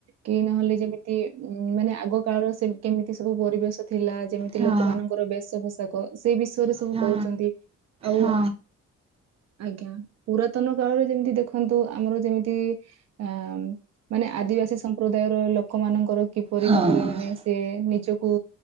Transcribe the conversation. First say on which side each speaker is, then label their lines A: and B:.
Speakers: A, on the right (about 60°); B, on the right (about 20°).
A: କି ନହେଲେ ଯେମିତି ଉ ମାନେ ଆଗ କାଳର କେମିତି ସବୁ ପରିବେଶ ଥିଲା। ଯେମିତି
B: ହଁ
A: ଲୋ ଲୋକ ମାନଙ୍କର ବେଶ ପୋଷାକ ସେଇ ବିଷୟରେ ସବୁ
B: ହଁ
A: କୁହୁଛନ୍ତି। ଆଉ
B: ହଁ
A: ଆଜ୍ଞା। ପୁରାତନ କାଳରେ ଯେମିତି ଦେଖନ୍ତୁ ଆମର ଯେମିତି ଆ ମାନେ ଆଦିବାସୀ ସମ୍ପ୍ରଦାୟର ଲୋକ ମାନଙ୍କର କିପରି
B: ହଁ ହଁ
A: ଭାବରେ ମାନେ ସେ ନିଜକୁ